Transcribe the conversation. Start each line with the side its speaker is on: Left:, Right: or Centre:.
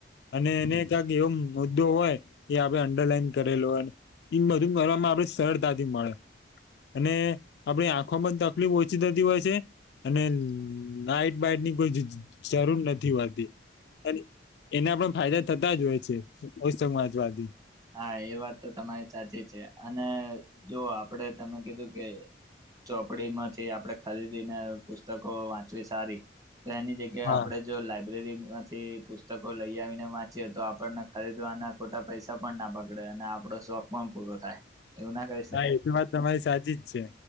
Left: અને એને <unintelligible> <unintelligible> મુદ્દો હોય કે આપડે અંડરલાઈન કરેલો હોય. <unintelligible> બધું કરવામાં આપડે સરળતાથી મળે અને આપડી આંખોમાં તકલીફ હો <unintelligible> હોય છે, અને લાઈટ બાઈટની કોઈ જરૂર નથી હોતી. અને એના પણ ફાયદા થતા જ હોય છે <unintelligible>
Right: હા એ વાત તો તમારી સાચી છે, અને જો આપડે તમે કીધું કે. ચોપડીમાંથી આપણેે ખરીદીને પુસ્તકો વાંચવી સારી. તો એની જગ્યાએ
Left: હા
Right: આપડે જો લાયબ્રેરી. થી પુસ્તકો લઈ આવીને વાંચે તો આપણને ખરીદવાના ખોટા પૈસા. <unintelligible> પણ ના બગડે અને આપડો શોખ પણ પૂરો થાય. એવું ના કરી શકાય
Left: હા એ તો વાત તમારી સાચી જ છે,